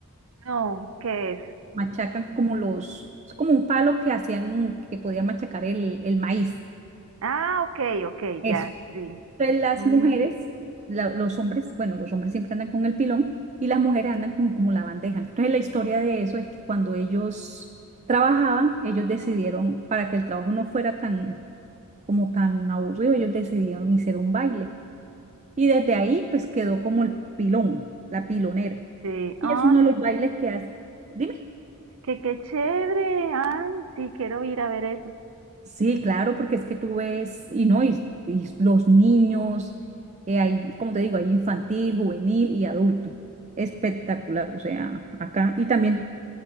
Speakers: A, on the right; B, on the right.
A: No, ¿qué es?
B: machacan como los, es como un palo que hacían, que podían machacar el, el maíz.
A: Ah, ok, ok,
B: Eso.
A: ya, sí.
B: Entonces, las
A: Mm,
B: mujeres, la- los hombres, bueno, los hombres siempre andan con el pilón y las mujeres andan con como la bandeja. Entonces, la historia de eso es que cuando ellos trabajaban, ellos decidieron, para que el trabajo no fuera tan, como tan aburrido, ellos decidieron hacer un baile. Y desde ahí, pues quedó como el pilón, la pilonera.
A: sí. Ay,
B: Y es uno de los
A: qué
B: bailes
A: chévere.
B: que hace. Dime.
A: Qué, qué chévere. Ay, sí, quiero ir a ver eso.
B: Sí, claro, porque es que tú ves, y no, y, y los niños, eh, hay, como te digo, hay infantil, juvenil y adulto. Espectacular, o sea, acá. Y también